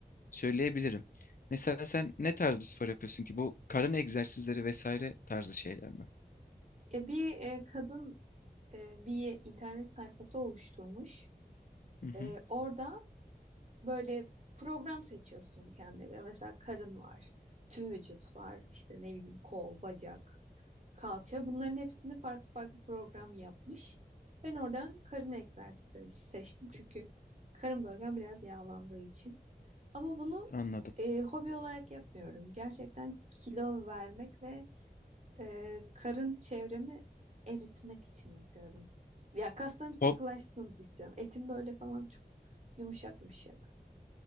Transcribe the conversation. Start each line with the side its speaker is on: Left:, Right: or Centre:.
Left: söyleyebilirim. Mesela sen ne tarz bir spor yapıyorsun ki? Bu karın egzersizleri vesaire tarzı şeyler mi?
Right: Ya bir e, kadın e, bir internet sayfası oluşturmuş.
Left: Hı
Right: E,
Left: hı,
Right: orada Böyle program seçiyorsun kendine göre. Mesela karın var, tüm vücut var, işte ne bileyim kol, bacak, kalça. Bunların hepsini farklı farklı program yapmış. Ben oradan karın egzersizleri seçtim çünkü karın bölgem biraz yağlandığı için. Ama bunu
Left: anladım.
Right: e, hobi olarak yapmıyorum. Gerçekten kilo vermek ve e, karın çevremi eritmek için yapıyorum. Ya kaslarım sıkılaşsın
Left: Hop,
Right: istiyorum. Etim böyle falan çok yumuşak yumuşak.